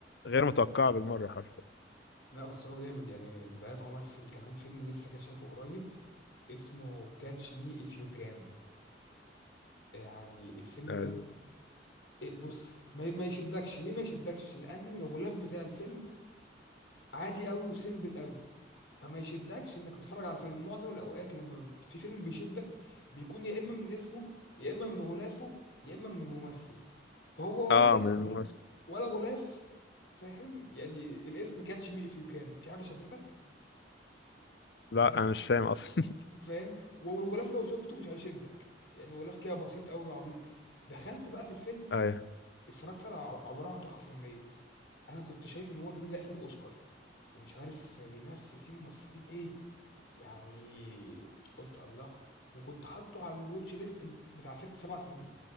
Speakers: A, on the left; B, on the left.
A: غير متوقعة بالمرة حرفيا
B: لا بس هو جامد يعني انت عارف هو مثل كمان فيلم لسه كشافه قريب اسمه كاتش مي اف يو كان يعني الفيلم
A: ال-
B: ده إيه، بص ما ما يشدكش ليه ما يشدكش لان الغلاف بتاع الفيلم عادي قوي وسيمبل قوي فما يشدكش انك تتفرج على فيلم معظم الاوقات لما بت- في فيلم بيشدك بيكون يا اما من اسمه يا اما من غلافه يا اما من الممثل فهو
A: اه
B: ولا اسم
A: من مصر
B: ولا غلاف فاهم يعني الاسم كاتش مي اف يو كان في حاجه شدتك
A: لا
B: نهائي
A: انا مش فاهم اصلا
B: فاهم والغلاف لو شفته مش هيشدك يعني غلاف كده بسيط قوي وعبيط دخلت بقى في الفيلم
A: <laughs> ايوه
B: اتفرجت على ع- عباره عن تحفه فنيه انا كنت شايف ان هو الفيلم ده اخد اوسكار ومش عارف بيمثل فيه ممثلين ايه يعني قلت الله وكنت حاطه على الواتش ليست بتاع ست سبع سنين